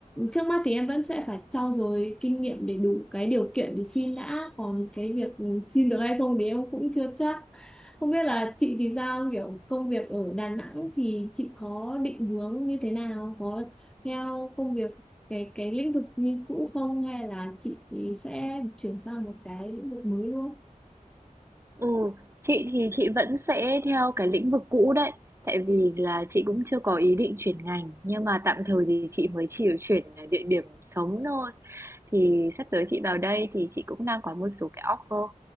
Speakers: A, in the centre; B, on the right.
A: trước mắt thì em vẫn sẽ phải trau dồi kinh nghiệm để đủ cái điều kiện để xin đã còn cái việc xin được hay không thì em cũng chưa chắc không biết là chị thì sao kiểu công việc ở Đà Nẵng thì chị có định hướng như thế nào có theo công việc cái cái lĩnh vực như cũ không hay là chị sẽ chuyển sang một cái lĩnh vực mới luôn
B: Ừ, chị thì chị vẫn sẽ theo cái lĩnh vực cũ đấy, tại vì là chị cũng chưa có ý định chuyển ngành, nhưng mà tạm thời thì chị mới chỉ chuyển địa điểm sống thôi. Thì sắp tới chị vào đây thì chị cũng đang có một số cái offer,